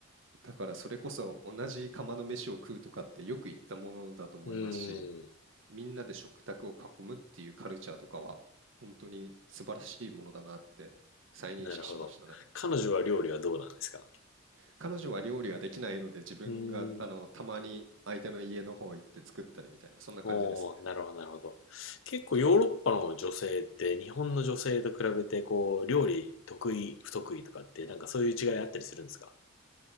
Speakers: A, on the right; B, on the left.
A: だからそれこそ同じ釜の飯を食うとかってよく言ったものだと思いますし、
B: うん。
A: みんなで食卓を囲むっていうカルチャーとかは本当に素晴らしいものだなって再認識しましたね。
B: なるほど。彼女は料理はどうなんですか
A: 彼女は料理ができないので自分があのたまに相手の家の方行って作ったりみたいなそんな感じですね。
B: うーん。おー、なるほど、なるほど。結構ヨーロッパの女性って日本の女性と比べてこう料理得意不得意とかってなんかそういう違いあったりするんですか